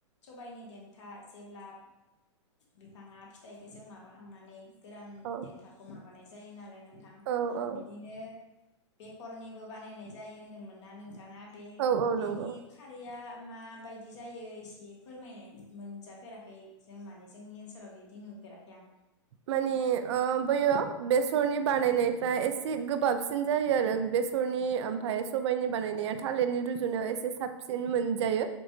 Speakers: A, on the left; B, on the right.
A: सबायनि देन्था जेब्ला बिफाङा फिथाइखो जों माबाखांनानै गोरान
B: औ
A: देन्थाखौ मा बानाय जायो नाल नाय नोथां
B: औ औ
A: बिदिनो बेकरनिबो बानायनाय जायो होन्दोंमोन ना नों बिथाङा बे
B: औ औ
A: बेनि
B: नंगौ
A: खारैया माबायदि जायो एसे फोरमायनाय मोनजा फेराखै जों माने जोंनि ओनसोलाव बेबायदि नुफेराखै आं
B: मानि ओ बैयो बेसरनि बानायनायफ्रा एसे गोबाबसिन जायो आरो बेसरनि ओमफाय सबाइनि बानायनाया थालिरनि रुजुनायाव एसे साबसिन मोनजायो